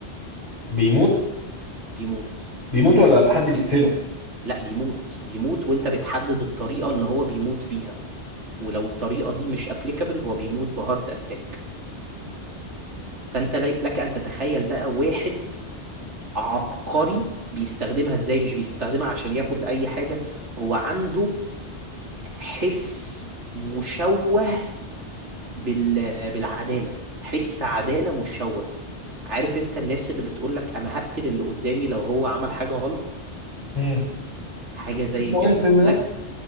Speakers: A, on the left; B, on the right.
A: بيموت
B: بيموت
A: بيموت ولا حد بيقتله
B: لا بيموت بيموت وانت بتحدد الطريقة اللي هو بيموت بيها ولو الطريقة دي مش ابليكابل هو بيموت بهارت اتاك فانت لي- لك ان تتخيل بقى واحد عبقري بيستخدمها ازاي مش بيستخدمها عشان ياخد اي حاجة هو عنده حس مشوه بال... بالعدالة حس عدالة مشوه عارف انت الناس اللي بتقولك انا هقتل اللي قدامي لو هو عمل حاجة غلط
A: امم
B: حاجة زي
A: اسمه
B: كده
A: ايه الفيلم
B: فلك
A: ده